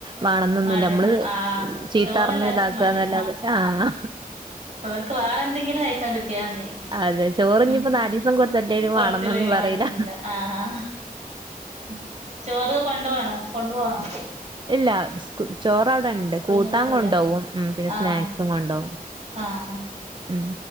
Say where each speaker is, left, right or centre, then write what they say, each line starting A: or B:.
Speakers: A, on the right (about 30°); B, on the right (about 50°).
A: വേണൊന്നൊന്നൂല്ല
B: മടിയ
A: നമ്മള്
B: ആഹ്
A: ചീത്ത
B: ചോറെല്ലാർക്കും
A: പറഞ്ഞ് ഇതാക്കന്നല്ലാതെ
B: മടിയ
A: ആഹ്
B: അവർക്ക് വേറെന്തെങ്കിലും കഴിക്കാൻ കിട്ടിയാ മതി
A: അതെ ചോറിഞ്ഞിപ്പോ
B: ഉം
A: നാലീസം കൊടുത്തില്ലേലും
B: കൊടുത്തില്ലെങ്കിൽ
A: വേണന്നൊന്നും പറയില്ല
B: വേണന്നില്ല ആഹ് ഉം ചോറ് കൊണ്ടുപോണോ കൊണ്ട് പോവണോ
A: ഇല്ല ചോറ് അവിടെ ഉണ്ട്
B: സ്കൂൾന്ന്
A: കൂട്ടാൻ
B: കിട്ടൂലേ
A: കൊണ്ട് പോവും ഉം പിന്നെ
B: ആഹ്
A: സ്നാക്സും കൊണ്ട് പോവും
B: ആഹ്
A: ഉം